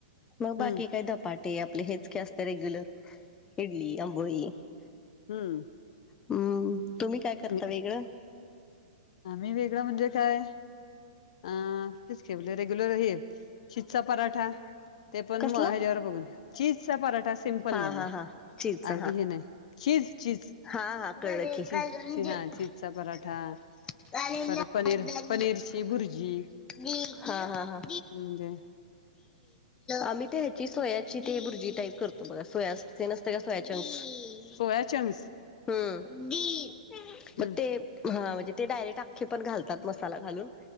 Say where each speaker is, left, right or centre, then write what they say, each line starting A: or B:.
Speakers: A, on the left; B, on the left.
A: मग बाकी
B: हम्म
A: काय धपाट ते आपले हेच का असत रेग्युलर इडली आंबोळी
B: हम्म
A: हम्म तुम्ही काय करता
B: हम्म
A: वेगळं.
B: आम्ही वेगळं म्हणजे काय? अ तेच आपलं रेग्युलर हे चिचा पराठा. ते पण
A: कसला?
B: मग ह्याच्यावर बघून चीजचा पराठा सिमपल
A: हा
B: मधला
A: हा हा चीच
B: अगदी हे नाही चीज चीज.
A: हा हा कळखी <unintelligible>
B: चीज
A: <unintelligible>
B: हा चीजचा पराठा परत पनीर पनीरची भुर्जी
A: हा हा हा.
B: म्हणजे
A: आम्ही ते ह्याची सोयाची ते भुरजी टाईप करतो बघा सोया ते नसते का सोया चंन्कस
B: सोया चंक्स
A: हम्म
B: हम्म
A: म ते हा म्हणजे ते डायरेक्टखे पण घलतात मसाला घालून